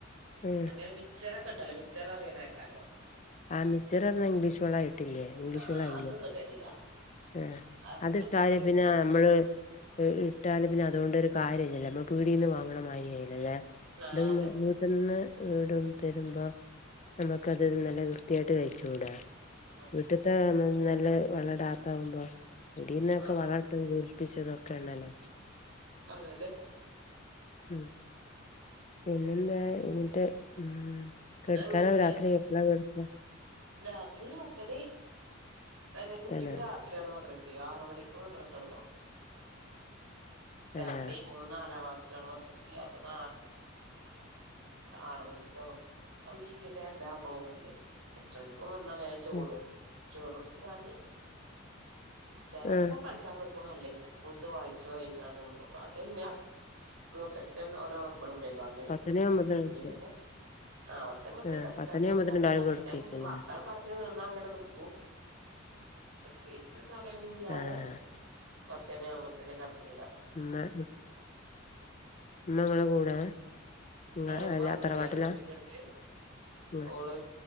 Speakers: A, on the left; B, on the right.
A: ഉം
B: അങ്ങനെ മിച്ചറക്കെണ്ടല്ലോ മിച്ചറ അറിയനേക്കാലോ
A: ആ മിച്ചർഞ്ഞ ഇംഗ്ലീഷ് വളായിട്ടില്ലേ ഇംഗ്ലീഷ്
B: ആ
A: വള ആയില്ലേ
B: അതൊന്നും ഇടലില്ല
A: ആ
B: അതൊന്നും
A: അത്
B: ഇട്ടൊടുക്ക
A: കാര്യാ പിന്നെ അ മ്മ മ്മള് ഇട്ടാല് പിന്നെ അതുകൊണ്ടരു കാര്യംല്ലല്ലേ നമ്മൾ പീടിന്ന് മാങ്ങണ മാതിരി ആയില്ലോ അല്ലേ
B: ആ
A: അതും
B: അതെ
A: വീട്ടന്ന് വീടും തരുമ്പോ നമുക്ക് അത് ഇന്നലെ വൃത്തിയായിട്ട് കഴിചുടെ
B: അതെ
A: വീട്ടത്തെ നല്ല വെള്ടാത്ത ആകുമ്പോ കുടീന്നൊക്കെ
B: ആ ആ
A: വളത്ത്
B: ആ
A: വീർപ്പിച്ചതും ക്കെ എണ്ണണം
B: അതല്ലെ
A: ഉം പിന്നെന്താ ഇങ്ങിട്ട് ഊമ്മ് കെടുക്കാന
B: അങ്ങനെ
A: രാത്രി എപ്പളാ കെട്ക്ക
B: രാത്രി പത്തണി എ കുട്ടിക്ക്
A: തന്നെ
B: രാത്രിയാണ് മദ്രസ് യാറ് മണിക്ക് മദ്രസടുങ്ങും
A: തന്നെ
B: രാത്രി ഓ നാലാം ക്ലാസ്സിലാണ് മദ്രസ്സില് അപ്പൊ നാ ആറ് മണിക്കോള ടി വി ഡൗന്നില്ലേ ഏട്ടരക്ക് വന്നാ വേഗം ചോറ്
A: ഉം
B: കൊടുക്കും ചോറ് കൊടുത്ത്ങ്ങാണ്ട് ചെലപ്പൊ
A: ആഹ്
B: കളി ക്കാ നിക്കും അല്ലെങ്കി സ്കൂൾത്ത് വായിച്ചു എഴുതാനും പോ അത് കയിഞ്ഞട മൂത്ത ച്ചൻ ഓരോ കുടും മ്പേകാലിന് വരും
A: പത്തണി ആവുമ്പത്തിന് കെടക്കും
B: പിന്നെല്ലേ ആ <unintelligible>
A: ആഹ് പത്തണി ആവുമ്പത്തിന് എല്ലാരും കെടക്കേക്കുല്ലേ
B: പിന്നെ നിന്നാ അങ്ങനെ നിക്കും പ്രത്യേകിച്ച് സൊകലൊന്നും ഇല്ലാതെ
A: ആഹ്
B: പത്തനാവ്മ്പത്തിന് കത്രിക
A: ഇമ്മ ഉം മ്മങ്ങളെ കൂടെ ഇങ്ങളെ
B: അയിന് മ്മ
A: അല്ല
B: പിലെ
A: തറവാട്ടിലാ
B: എളച്ചിന്റടുക്ക്
A: ആഹ്
B: ഓള്